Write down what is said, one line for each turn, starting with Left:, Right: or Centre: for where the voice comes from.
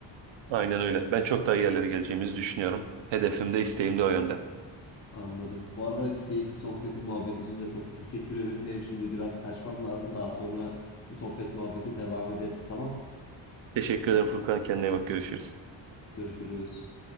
Right: Aynen öyle. Ben çok daha iyi yerlere geleceğimizi düşünüyorum. Hedefim de isteğim de o yönde.
Left: Anladım. Bu arada keyifli sohbetin muhabbet için de çok teşekkür ederim. Benim şimdi biraz kaçmam lazım. Daha sonra bu sohbet muhabbete devam ederiz. Tamam.
Right: Teşekkür ederim Furkan. Kendine iyi bak görüşürüz.
Left: Görüşürüz.